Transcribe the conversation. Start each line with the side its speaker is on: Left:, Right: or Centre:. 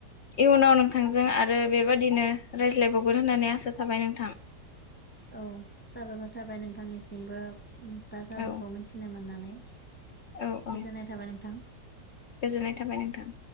Left: इयुनाव नोंथांजों आरो बेबादिनो रायज्लायबावगोन होननानै आसा थाबाय नोंथां
Centre: औ साबायखर थाबाय नोंथांनिसिमबो बाथ्राफोरखौ
Left: औ
Centre: मिथिनो मोननानै
Left: औ औ
Centre: गोजोननाय थाबाय नोंथां।
Left: गोजोननाय थाबाय नोंथां